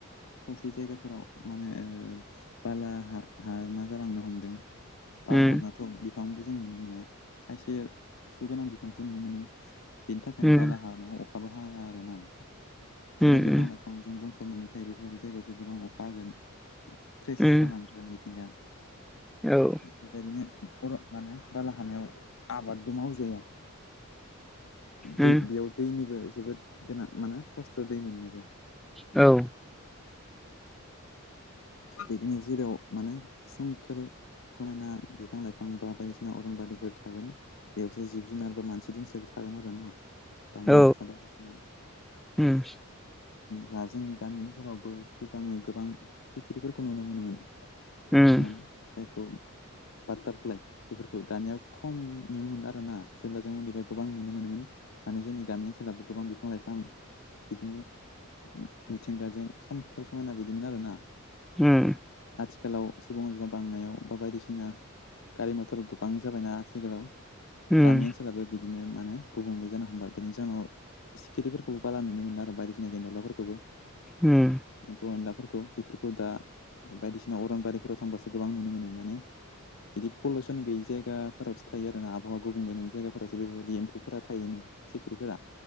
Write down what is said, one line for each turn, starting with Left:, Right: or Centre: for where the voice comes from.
Left: खायसे जायगाफोराव माने बाला हा हा मा जालांनो हमदों बालाहामायावथ'
Centre: उम
Left: बिफांबो जों नुनो मोना खायसे सुगोनां बिफांसो नुनो मोनो। बेनि थाखायनो
Centre: उम
Left: बाला हामायाव अखाबो हाया आरो ना
Centre: उम
Left: जेराव बिफां लाइफां गोबां जों बुंफबनानै थायो बेफोरबायदि जायगायावसो गोबां अखा होगोन फ्रेस
Centre: उम
Left: जानांगोन आरो मिथिंगा
Centre: औ
Left: बेबायदि बर <unintelligible> माने बाला हानायाव आबादबो मावजाया
Centre: उम
Left: दै बेयाव दैनिबो जोबोद गोनां माने खस्थ' दै मोननोबो
Centre: औ
Left: बिदिनो जेराव माने सोमखोर समायना बिफां लाइफां बा बायदिसिना अरन बारिफोर थागोन। बेयावसो जिब जुनार बा मानसि दुमसिबो थागोन आरो नङा ओमबा दावमा
Centre: औ
Left: दावसा बायदिसिना
Centre: उम उम औ उम
Left: दा जोंनि गामि ओनसोलावबो सिगाङो गोबां सिखिरिफोरखौ नुनो मोनोमोन।
Centre: उम
Left: ना जायखौ बाटारफ्लाइ बेफोरखौ दानिया खम नुनो मोनला आरो ना जेब्ला जों उन्दैफ्राव गोबां नुनो मोनोमोन। माने जोंनि गामि ओनसोलावबो गोबां बिफां लाइफां बिदिनो मिथिंगाजों सोमखोर समायना बिदिमोन आरोना
Centre: उम
Left: आथिखालाव सुबुं अनजिमा बांनायाव बा बायदिसिना गारि मथर गोबां जाबायना आथिखालाव
Centre: उम
Left: गामि ओनसोल फोराबो बिदिनो माने गुबुंले जानो हमबाय बेनि जाहोनाव <unintelligible> सिखिरिफोरखौबो बारा नुनो मोनला आरो बायदिसिना गान्दावलाफोरखौबो
Centre: उम
Left: एम्फौ एनलाफोरखौ बेफोरखौ दा बायदिसिना अरनबारिफोराव थांबासो गोबां नुनो मोनो माने बिदि पलिउसन गैयि जायगाफोरावसो थायो आरो ना आबहावा गुबुंले नङै जायगाफोरावसो बेफोरबायदि एम्फौफोरा थायोनो सिख्रिफोरा